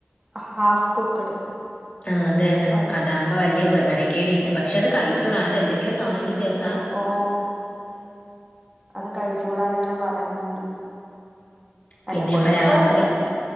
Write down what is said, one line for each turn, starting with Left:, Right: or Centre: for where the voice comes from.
Right: ഹാഫ് കുക്ക്ഡ്
Left: ആഹ് അത് തന്നെ
Right: പഴം
Left: അതാകുമ്പോ വല്യ
Right: ഉം
Left: ബ മെന കേടില്ല പക്ഷെ അത് കഴിച്ചൂട അയിനകത്ത് എന്തൊക്കെയോ സാനങ്ങള് ചേർ
Right: ഓഹ് അത് കഴിച്ചുകൂടാന്ന് ഇങ്ങനെ പറയുന്നുണ്ട് വല്ലപ്പോഴൊക്കെ
Left: പിന്നെപ്പ രാത്രി
Right: കൊഴപ്പില്ല